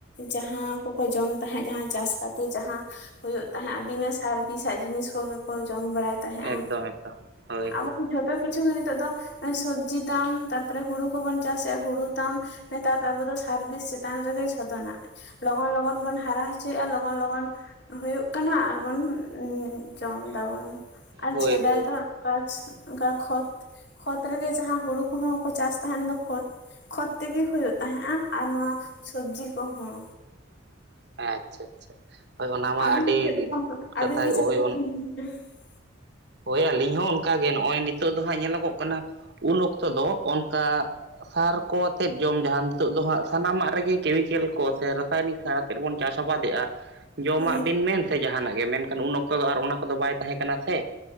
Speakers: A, on the left (about 55°); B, on the right (about 55°).
A: ᱡᱟᱦᱟᱸ ᱠᱚᱠᱚ ᱡᱚᱢ ᱛᱟᱦᱮᱸᱜ ᱡᱟᱦᱟᱸ ᱪᱟᱥ ᱠᱟᱛᱮ ᱡᱟᱦᱟᱸ ᱦᱩᱭᱩᱜ ᱛᱟᱦᱮᱸᱜ ᱵᱤᱱᱟᱹ ᱥᱟᱨ ᱵᱤᱥᱟᱜ ᱡᱤᱱᱤᱥ ᱠᱚᱜᱮ ᱠᱚ ᱡᱚᱢ ᱵᱟᱲᱟᱭ ᱛᱟᱦᱮᱸᱜᱼᱟ
B: ᱮᱠᱫᱚᱢ ᱮᱠᱫᱚᱢ ᱦᱳᱭ ᱦᱳᱭ
A: ᱟᱵᱚ ᱡᱷᱚᱛᱚ ᱠᱤᱪᱷᱩ ᱜᱮ ᱱᱤᱛᱚᱜ ᱫᱚ ᱮᱸ ᱥᱚᱵᱡᱤ ᱛᱟᱢ ᱛᱟᱯᱚᱨᱮ ᱦᱩᱲᱩ ᱠᱚᱵᱚᱱ ᱪᱟᱥᱮᱜᱼᱟ ᱦᱩᱲᱩ ᱛᱟᱢ ᱱᱮᱛᱟᱨ ᱫᱚ ᱟᱵᱚ ᱫᱚ ᱥᱟᱨ ᱵᱤᱥ ᱪᱮᱛᱟᱱ ᱨᱮᱜᱮ ᱡᱚ ᱛᱚ ᱱᱟᱜ ᱞᱚᱜᱚᱱ ᱞᱚᱜᱚᱱ ᱵᱚᱱ ᱦᱟᱨᱟ ᱪᱚᱭᱟ ᱞᱚᱜᱚᱱ ᱞᱚᱜᱚᱱ ᱦᱩᱭᱩᱜ ᱠᱟᱱᱟ ᱟᱨᱵᱚᱱ ᱩᱸ ᱡᱚᱢ ᱫᱟᱵᱚᱱ ᱟᱨ
B: ᱦᱳᱭ
A: ᱪᱷᱮᱫᱟᱭ
B: ᱦᱳᱭ
A: ᱫᱚ ᱠᱟᱪ ᱚᱝᱟ ᱠᱷᱚᱛ ᱠᱷᱚᱛ ᱨᱮᱜᱮ ᱡᱟᱦᱟᱸ ᱦᱩᱲᱩ ᱠᱚᱦᱚᱸ ᱠᱚ ᱪᱟᱥ ᱛᱟᱦᱮᱱ ᱫᱚ ᱠᱷᱚᱛ ᱠᱷᱚᱛ ᱛᱮᱜᱮ ᱦᱩᱭᱩᱜ ᱛᱟᱦᱮᱸᱜᱼᱟ ᱟᱨ ᱱᱚᱣᱟ ᱥᱚᱵᱡᱤ ᱠᱚᱦᱚᱸ᱾
B: ᱦᱮᱸ ᱟᱪᱪᱷᱟ ᱟᱪᱪᱷᱟ ᱦᱳᱭ ᱚᱱᱟ ᱢᱟ
A: ᱟᱹᱵᱤᱱ
B: ᱟᱹᱰᱤ
A: ᱪᱮᱫ ᱞᱮᱠᱟ
B: ᱠᱟᱛᱷᱟ
A: ᱟᱹᱵᱤᱱ ᱜᱮ ᱪᱮᱫ
B: ᱦᱳᱭ ᱚᱱ
A: <inaudible>
B: ᱦᱳᱭ ᱟᱹᱞᱤᱧ ᱦᱚᱸ ᱚᱱᱠᱟᱜ ᱜᱮ ᱱᱚᱜᱼᱚᱭ ᱱᱤᱛᱚᱜ ᱫᱚ ᱦᱟᱸᱜ ᱧᱮᱞᱚᱜᱚᱜ ᱠᱟᱱᱟ ᱩᱞ ᱚᱠᱛᱚ ᱫᱚ ᱚᱝᱠᱟ ᱥᱟᱨ ᱠᱚ ᱟᱛᱮᱫ ᱡᱚᱢ ᱡᱟᱦᱟᱸ ᱱᱤᱛᱚᱜ ᱫᱚ ᱦᱟᱸᱜ ᱥᱟᱱᱟᱢᱟᱜ ᱨᱮᱜᱮ ᱠᱮᱢᱤᱠᱮᱞ ᱠᱚ ᱥᱮ ᱨᱟᱥᱟᱭᱱᱤᱠ ᱥᱟᱨ ᱟᱛᱮᱫ ᱵᱚᱱ ᱪᱟᱥ ᱟᱵᱟᱫᱮᱜᱼᱟ ᱾ ᱡᱚᱢᱟᱜ
A: ᱦᱳᱭ
B: ᱵᱤᱱ ᱢᱮᱱ ᱥᱮ ᱡᱟᱦᱟᱱᱟᱜ ᱜᱮ ᱢᱮᱱᱠᱷᱟᱱ ᱩᱱ ᱚᱠᱛᱚ ᱫᱚ ᱟᱨ ᱚᱱᱟ ᱠᱚᱫᱚ ᱵᱟᱭ ᱛᱟᱦᱮᱸ ᱠᱟᱱᱟ ᱥᱮ᱾